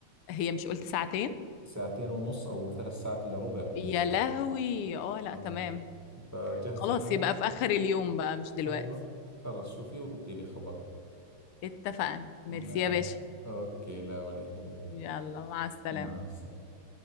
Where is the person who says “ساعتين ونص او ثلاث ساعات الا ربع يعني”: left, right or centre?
Right